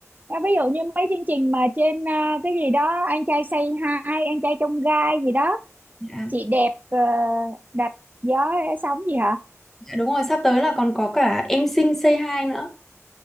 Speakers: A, on the right (about 30°); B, in the centre.
A: À, ví dụ như mấy chương trình mà trên à, cái gì đó anh trai Say Hi anh trai trong gai gì đó
B: Dạ.
A: chị đẹp ờ, đạp gió sóng gì hả
B: Dạ, đúng rồi, sắp tới là còn có cả Em Xinh Say Hi nữa.